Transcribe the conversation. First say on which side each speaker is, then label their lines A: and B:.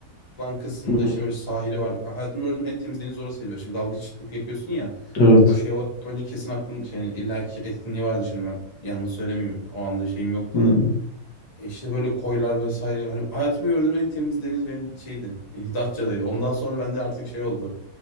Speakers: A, on the left (about 25°); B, on the left (about 75°).
A: olan kısımda
B: Hı hı.
A: işte böyle sahili var. Hayatımda gördüğüm en temiz deniz orasıydı. Şimdi dalgıçlık yapıyorsun ya.
B: Evet.
A: O şey olarak da bence kesin aklın şey, illaki etkinliği vardı şimdi ben yanlış söylemeyeyim. O anda şeyim yoktu
B: Hı hı.
A: da. E işte böyle koylar vesaire. Hani hayatımda gördüğüm en temiz deniz benim şeydi. e, Datça'daydı. Ondan sonra bende artık şey oldu.